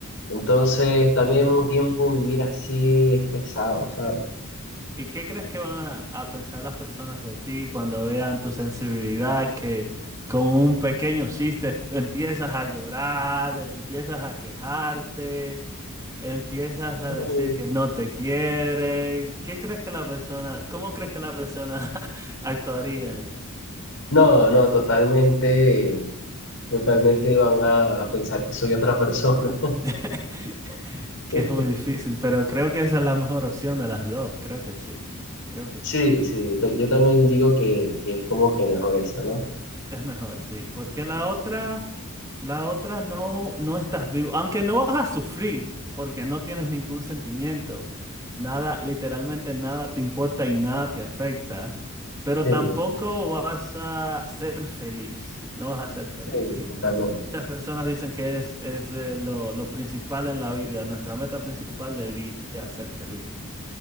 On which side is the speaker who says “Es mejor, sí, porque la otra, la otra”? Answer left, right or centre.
Right